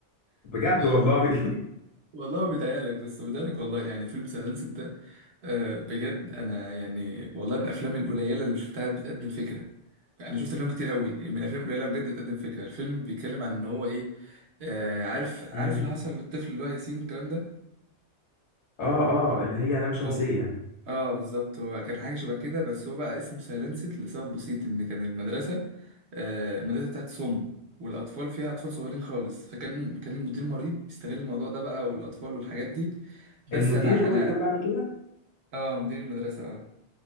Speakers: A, on the left (about 80°); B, on the right (about 70°).
A: بجد
B: لا
A: والله
B: لا والله بيتهيألك بس بيتهيألك والله يعني فيلم سايلنس ده آه، بجد انا يعني والله من الافلام القليله اللي شفتها بتقدم فكره انا شفت افلام كتير قوي من الافلام القليله بجد بتقدم فكره الفيلم بيتكلم عن ان هو ايه آه، عارف عارف
A: <laughs> مم.
B: اللي حصل للطفل اللي هو ياسين والكلام ده
A: اه اه اللي هي لام
B: هو
A: شمسيه
B: اه بالظبط هو كان حاجة شبه كده بس هو بقى اسمه سايلنسد لسبب بسيط ان كان المدرسة آه المدرسة بتاعت سم والاطفال فيها اطفال صغيرين خالص فكان كان المدير المريض بيستغل الموضوع ده بقى والاطفال والحاجات دي بس
A: المدير
B: انا
A: هو
B: انا
A: اللي كان بيعمل كده
B: اه مدير المدرسة اه